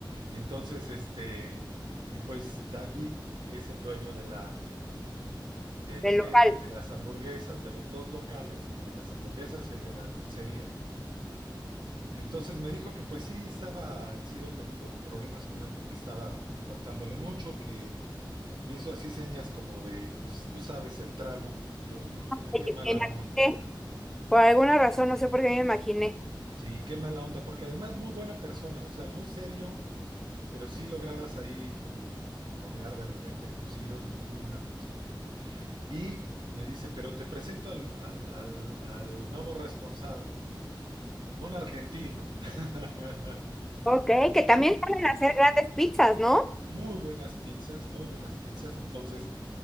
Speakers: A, on the right; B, in the centre.
A: Entonces, este, y pues David es el dueño de la de,
B: del
A: de,
B: local.
A: de las hamburguesas, de los dos locales, el de las hamburguesas y el de la pizzería. Entonces me dijo que pues sí, estaba el Ciro teniendo problemas con él porque estaba faltándole mucho, que me hizo así señas como de, pues tú sabes, el trago. Y yo, híjole,
B: Oye,
A: qué mala
B: Me imaginé.
A: onda.
B: Por alguna razón, no sé por qué me imaginé.
A: Sí, qué mala onda, porque además muy buena persona, o sea, muy serio, pero sí lograbas ahí como bromear de repente con Ciro y muy buena persona. Y me dice, pero te presento al, al, al, al nuevo responsable. Un argentino. <laughs>
B: Ok, que también saben hacer grandes pizzas, ¿no?
A: Muy buenas pizzas, muy buenas pizzas. Entonces,